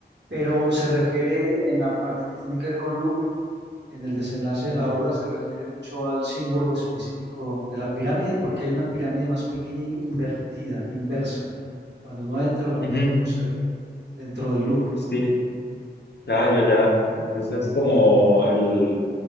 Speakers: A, on the right; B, on the left.
A: pero se refiere en la parte que tiene que ver con Louvre, en el desenlace de
B: Ujú,
A: la obra, se refiere mucho al símbolo específico de la pirámide, porque hay una pirámide más pequeña invertida, inversa. Cuando uno entra la
B: ujú.
A: puede conocer dentro del loop.
B: Sí, ya, ya, ya. Eso es como el,